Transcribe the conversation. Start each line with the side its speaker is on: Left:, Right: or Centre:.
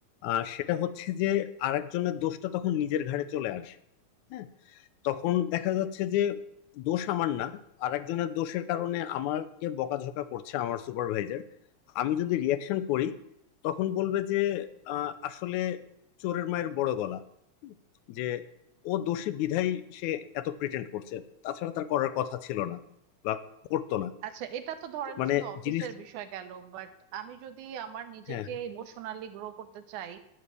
Left: আহ, সেটা হচ্ছে যে আরেকজনের দোষটা তখন নিজের ঘাড়ে চলে আসে হ্যাঁ তখন দেখা যাচ্ছে যে দোষ আমার না আর একজনের দোষের কারণে আমাকে বকাঝকা করছে আমার সুপারভাইজার আমি যদি রিয়াকশন করি তখন বলবে যে আহ, আসলে চোরের মায়ের বড় গলা যে ও দোষী বিধায় সে এত প্রিটেন্ড করছে তাছাড়া তার করার কথা ছিল না বা করতো না
Right: আচ্ছা এটা তো ধরেন
Left: মানে
Right: শুধু অফিসের
Left: জিনিস
Right: বিষয় গেল বাট আমি যদি আমার নিজেকে
Left: হ্যাঁ
Right: ইমোশনালি গ্রো করতে চাই